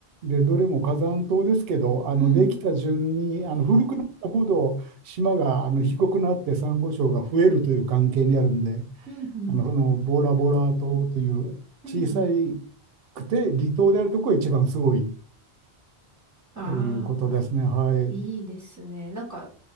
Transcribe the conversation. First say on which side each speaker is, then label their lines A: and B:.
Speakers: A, on the right (about 65°); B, on the right (about 15°).
A: で、どれも火山島ですけど、あのできた順にあの古くなったほど島があの低くなってサンゴ礁が増えるという関係にあるんで、
B: うん、うん、うん、
A: あのそのボラボラ島という小さ
B: うん、うん。
A: くて離島であるところが一番すごい
B: ああ。
A: ということですね。はい。
B: いいですね。なんか、